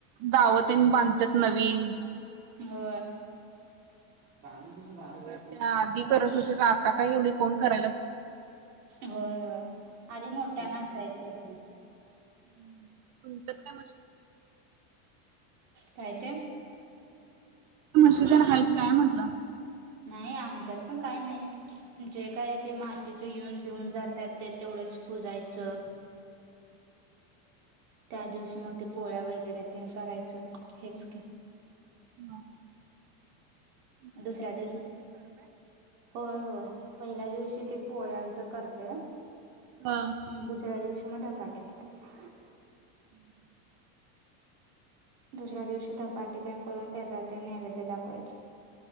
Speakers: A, on the right (about 55°); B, on the right (about 75°).
A: दावते बांधतात नवीन
B: हो दण तसं दण
A: त्या
B: नसत
A: आधी करत होते ना आता काय एव्हडं फोन करते.
B: होय होय आधी मोठ्या नसायचं.
A: ् तुमचंत का म
B: काय ते
A: म्ह त्याला हा काय म्हटलं
B: नाही आमच्यात पण काय नाहीत. जे काय ते मातीच येऊन देऊन जातात ते तेवढंच पुजायचं त्या दिवशी मग ते पोळ्या वगैरे ते करायचं हेच क..
A: ब
B: दुसऱ्या दिवशी होय होय पहिल्या दिवशी ते पोळ्यांचं करते.
A: ह
B: आणि दुसऱ्या दिवशी मग धपाटे असतात.
A: हम्
B: दुसऱ्या दिवशी धपाटे ते करून त्याचा ते नैवेद्य दाखवायच.